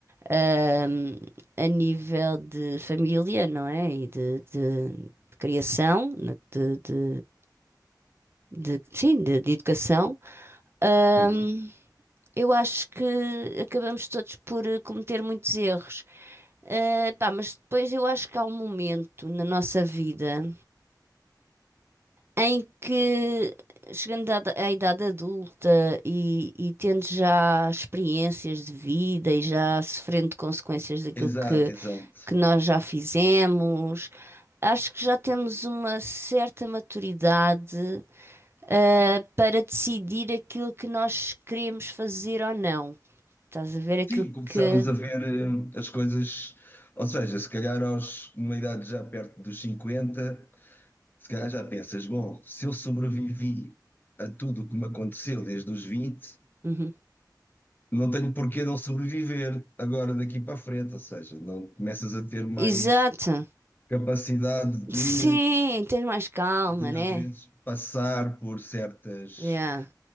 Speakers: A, on the right; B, on the left.
A: ahm, a nível de família, não é? E de, de- de criação, né? de, de- de- sim, de, de educação. Ahm,
B: Uhum.
A: eu acho que acabamos todos por eh, cometer muitos erros. Ah, pá, mas depois eu acho que há um momento na nossa vida. em que, chegando à, à idade adulta e, e tendo já experiências de vida e já sofrendo consequências daquilo
B: Exato,
A: que,
B: exato.
A: que nós já fizemos, acho que já temos uma certa maturidade, ah, para decidir aquilo que nós queremos fazer ou não. Estás a ver aquilo
B: Sim, começámos
A: que.
B: a ver eh, as coisas, ou seja, se calhar aos, numa idade já perto dos cinquenta se calhar já pensas, bom, se eu sobrevivi a tudo o que me aconteceu desde os 20,
A: Uhum.
B: não tenho porquê não sobreviver agora daqui para a frente, ou seja, não começas a ter mais
A: Exato.
B: capacidade de,
A: Sim, tens mais calma,
B: de
A: né?
B: às vezes passar por certas,
A: Yeah.